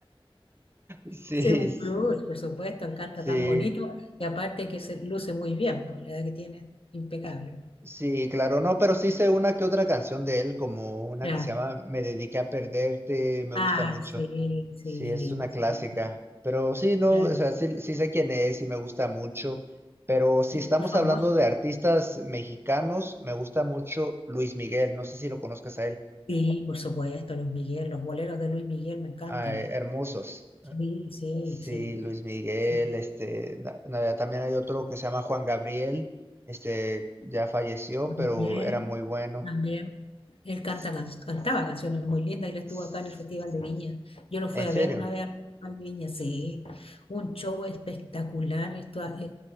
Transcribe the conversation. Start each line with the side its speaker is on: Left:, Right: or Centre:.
Right: Sí,
Left: Ese es un
Right: s-
Left: plus, por supuesto, canta
Right: sí,
Left: tan bonito y aparte que se luce muy bien, por la edad que tiene, impecable.
Right: sí, claro, no, pero sí sé una que otra canción de él, como una
Left: Ya.
Right: que se llama Me dediqué a perderte, me
Left: Ah,
Right: gusta mucho.
Left: sí, sí,
Right: Sí, es
Left: lindo.
Right: una clásica.
Left: súper.
Right: Pero sí, no,
Left: Ya.
Right: o sea, sí, sí sé quién es y me gusta mucho. Pero si
Left: Y
Right: estamos
Left: famoso,
Right: hablando de artistas mexicanos, me gusta mucho Luis Miguel. No sé si lo conozcas a él.
Left: sí, por supuesto, Luis Miguel, los boleros de Luis Miguel me encantan.
Right: Ah, eh, hermosos.
Left: Sí, sí,
Right: Sí,
Left: sí.
Right: Luis Miguel,
Left: sí.
Right: este, na- na- también hay otro que se llama Juan Gabriel, este, ya falleció,
Left: También,
Right: pero era muy bueno.
Left: también. Él canta,
Right: S-
Left: can- cantaba canciones muy lindas. Él estuvo
Right: s-
Left: acá en el Festival de Viña. Yo lo fui
Right: ¿En
Left: a
Right: serio?
Left: ver una vez al Festival de Viña, sí. Un show espectacular. Esto, eh,